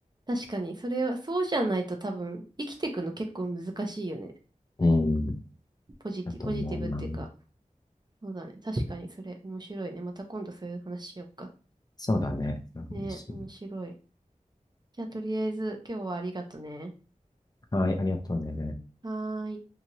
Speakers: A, on the right; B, on the left.
A: 確かに。それは、そうじゃないと多分、生きていくの結構難しいよね。
B: うん、
A: ポジティ、
B: だと思うな。
A: ポジティブっていうか。そうだね。確かにそれ、面白いね。また今度そういう話しよっか。
B: そうだね。その話
A: ね、面白い。じゃあ、とりあえず、今日はありがとね。
B: はい、ありがとうね。
A: はーい。